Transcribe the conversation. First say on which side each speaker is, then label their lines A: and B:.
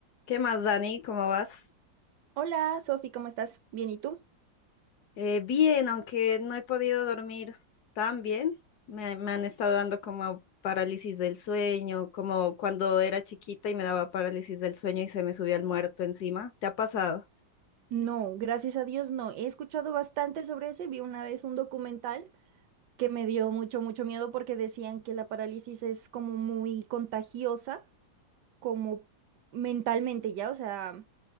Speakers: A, on the left; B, on the right.
A: ¿Qué más, Dani? ¿Cómo vas?
B: Hola, Sofi, ¿cómo estás? Bien, ¿y tú?
A: Eh, bien, aunque no he podido dormir tan bien. Me, me han estado dando como parálisis del sueño, como cuando era chiquita y me daba parálisis del sueño y se me subía el muerto encima. ¿Te ha pasado?
B: No, gracias a Dios no. He escuchado bastante sobre eso y vi una vez un documental que me dio mucho, mucho miedo porque decían que la parálisis es como muy contagiosa, como mentalmente ya, o sea,